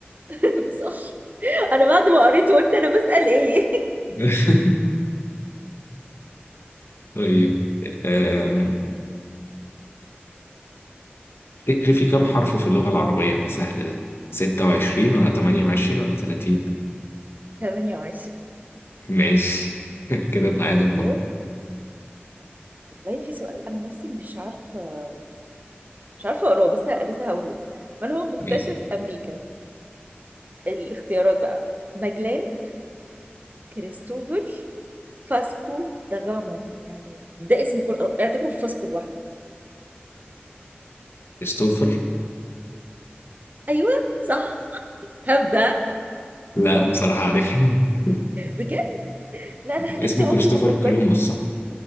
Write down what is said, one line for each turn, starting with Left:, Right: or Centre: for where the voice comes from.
Right: <laughs> صح انا بعد ما قريت قلت انا بسأل ايه
Left: <laughs> طيب أم، تفتكري في كام حرف في اللغة العربية ده سهل ده 26 ولا 28 ولا 30
Right: <laughs> 28
Left: ماشي <laughs> كده تعادل
Right: طيب
Left: برضه
Right: والله في سؤال انا نفسي مش عارفة مش عارفة اقراه بس بس هقوله لك. من هو مكتشف
Left: ماشي.
Right: امريكا الاختيارات بقى ماجلان كريستوفر فاسكو دا غاما يعني ده اسم كل اعتبره فاسكو
Left: كريستوفر
Right: ايوه صح هبدأ
Left: لا بصراحة عارف <laughs>
Right: بجد لا انا الحاجات
Left: اسمه
Right: دي عمري
Left: كريستوفر
Right: ما فكرت
Left: كولومبوس
Right: فيها
Left: صح؟